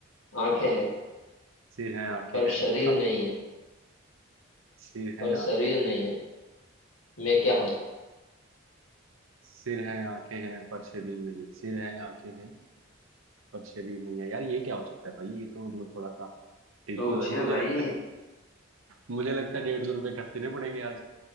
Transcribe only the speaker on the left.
आंखें
हैं
पर
शरीर
नहीं है
पर
शरीर नहीं है मैं क्या हूँ
सोचिए
भाई